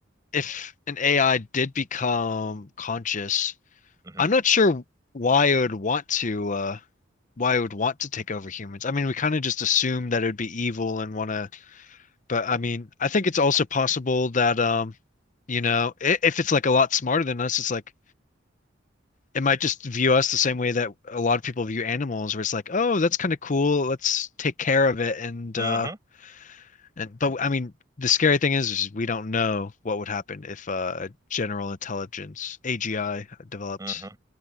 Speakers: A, on the left; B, on the right.
A: if an AI did become conscious
B: hmm
A: I'm not sure why I would want to uh why I would want to take over humans. I mean, we kind of just assume that it would be evil and want to, but I mean, I think it's also possible that um, you know, i- if it's like a lot smarter than us, it's like it might just view us the same way that a lot of people view animals, where it's like, oh, that's kind of cool. Let's take care of it and
B: hmm
A: uh and but I mean, the scary thing is, is we don't know what would happen if uh, a general intelligence, AGI, developed.
B: hmm